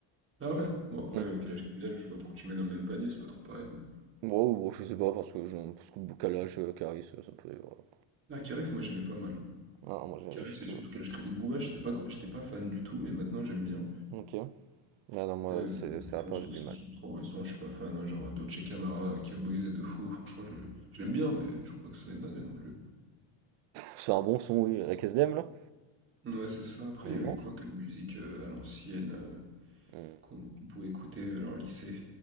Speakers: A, on the right (about 25°); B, on the right (about 65°).
A: Ah ouais? Bon, après,
B: Mm.
A: Calage Criminel, je sais pas pour que tu le mets dans le même panier, c'est pas trop pareil, mais.
B: Bon, bon, je sais pas, parce que, je, parce que Kalash, euh, Caris, euh, ça me fait... voilà.
A: Ah, Caris, moi j'aimais pas mal.
B: Ah, moi j'ai
A: Caris
B: j'ai toujours.
A: et surtout Calage Criminel Booba, j'étais pas, gr- j'étais pas fan du tout, mais maintenant j'aime bien.
B: Ok. Ah non, moi,
A: Euh,
B: c'est c'est à
A: enfin,
B: part,
A: sauf
B: j'ai du
A: si
B: mal.
A: sont trop récents, je suis pas fan, hein, genre Dolce Camara, euh, Caboise et De Fou, franchement, je le- je l'aime bien, mais je trouve pas que ce soit une dinguerie non plus.
B: C'est un bon son, oui, avec SDM là?
A: Ouais, c'est ça. Après, il y avait
B: Non.
A: quoi comme musique euh, à l'ancienne euh,
B: Mm.
A: qu'on qu'on pouvait écouter, euh, alors lycée?